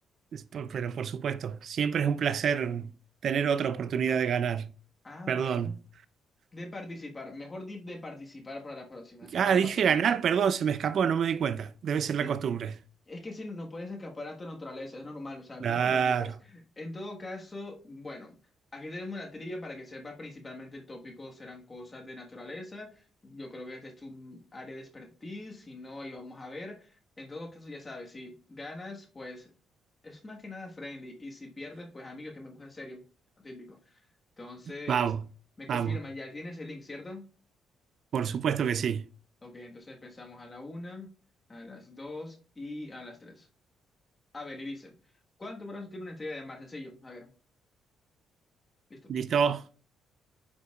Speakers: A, on the right; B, on the left.
A: Es por- pero por supuesto, siempre es un placer tener otra oportunidad de ganar.
B: Ah,
A: Perdón.
B: bueno. De participar, mejor di de participar para la próxima, así para
A: Ah, dije
B: pasar
A: ganar,
B: un buen rato.
A: perdón, se me escapó, no me di cuenta. Debe ser la
B: Sí,
A: costumbre.
B: Es que si no, no puedes escapar a tu naturaleza, es normal, o sea,
A: Claro.
B: no te preocupes. En todo caso, bueno, aquí tenemos la trivia para que sepas principalmente el tópico serán cosas de naturaleza. Yo creo que este es tu área de expertise, si no, ahí vamos a ver. En todo caso, ya sabes, si ganas, pues es más que nada friendly, y si pierdes, pues amigo, que me puse serio, típico. Entonces,
A: Vamos,
B: me
A: vamos.
B: confirma, ya tienes el link, ¿cierto?
A: Por supuesto que sí.
B: Ok, entonces pensamos a la una, a las dos y a las tres. A ver, y dice, ¿cuántos brazos tiene una estrella de mar? Sencillo. A ver, listo.
A: ¿Listo?
B: Ya.